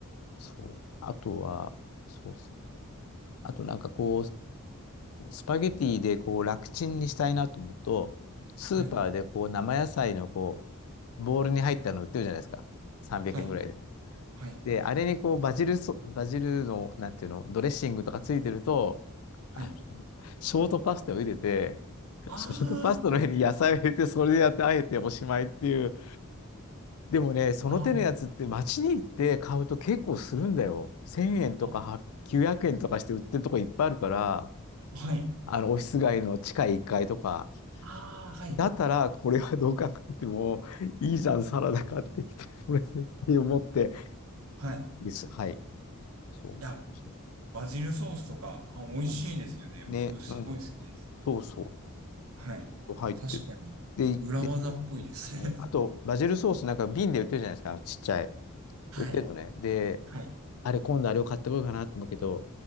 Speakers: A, on the left; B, on the right.
A: そう。あとは、そうそう。あとなんかこう、スパゲティでこう、楽ちんにしたいなと思うと、スーパーでこう、
B: はい。
A: 生野菜のこう、ボウルに入ったの売ってるじゃないですか。300円ぐらいで。
B: はい。はい。はい。
A: で、あれにこう、バジルソ、バジルの、なんていうの、ドレッシングとかついてると、
B: はい。
A: あショートパスタを入れて、
B: あ
A: そのパスタの上に野菜を入れて、
B: ー
A: それでやって、あえておしまいっていう。でもね、その手のやつって街に行って買うと結構するんだよ。
B: あー、
A: 1000円とかは900円とかして売ってるとこいっぱいあるから、
B: ああ、あはい。
A: あの、オフィス街の地下1階とか。
B: ああ、はい。
A: だったら、これはどう考えても、いいじゃん、サラダ買ってきて、これって思って。
B: はい。
A: です。はい。そうそうそ
B: いや、バジルソースとか、あ、美味しいですよね。
A: う。うん。
B: 僕、
A: ね、
B: すごい好きです。
A: うん。そうそ
B: はい。
A: う。入ってる。
B: 確かに、
A: で、
B: 裏技っぽいですね。
A: で、そうそううんあと、バジルソースなんか瓶で売ってるじゃないですか、ちっちゃい。
B: <laughs> はい。
A: 売ってんのね。で、
B: はい。
A: あれ、今度あれを買ってこようかなと思うけど、